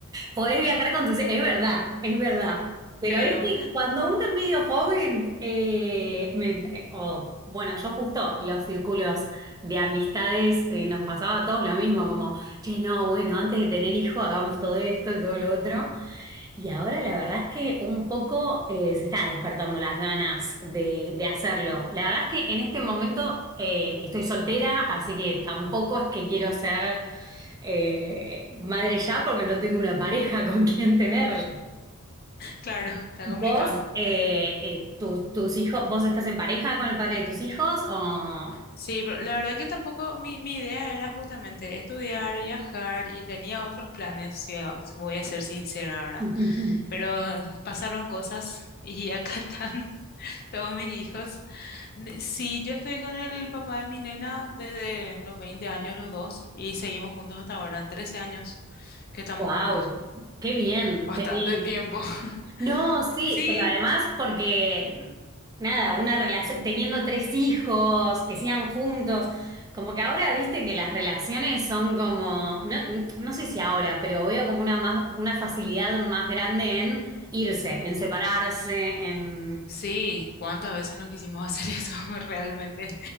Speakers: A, on the right; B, on the left.
A: Podés viajar con tus... Es verdad, es verdad. Pero,
B: creo.
A: viste, cuando uno es medio joven, eh, me- eh, o, bueno, yo justo los círculos de amistades eh, nos pasaba a todos lo mismo, como, che, no, bueno, antes de tener hijo hagamos todo esto y todo lo otro. Y ahora la verdad es que un poco eh, se está despertando las ganas de, de hacerlo. La verdad es que en este momento eh, estoy soltera, así que tampoco es que quiero ser eh, madre ya porque no tengo una pareja <laughs> con quien tenerlo.
B: Claro, está
A: ¿Vos,
B: complicado.
A: eh, eh, tu- tus hijos, vos estás en pareja con el padre de tus hijos o...
B: Sí, pero la verdad que tampoco mi, mi idea era justamente estudiar, viajar y tenía otros planes, si a- si voy a ser sincera, ¿verdad?
A: <laughs>
B: Pero pasaron cosas y acá <laughs> están todos mis hijos. Ne- Sí, yo estoy con el papá de mi nena desde los 20 años los dos y seguimos juntos hasta ahora, 13 años que estamos
A: Wow,
B: juntos.
A: qué bien,
B: Bastante
A: qué bien.
B: tiempo. <laughs>
A: No, sí,
B: Sí,
A: pero además porque, nada, una relación, teniendo tres hijos, que sigan juntos, como que ahora viste que las relaciones son como, no, no sé si ahora, pero veo como una más, una facilidad más grande en irse, en separarse, en...
B: Sí, ¿cuántas veces no quisimos hacer eso? <laughs> Realmente,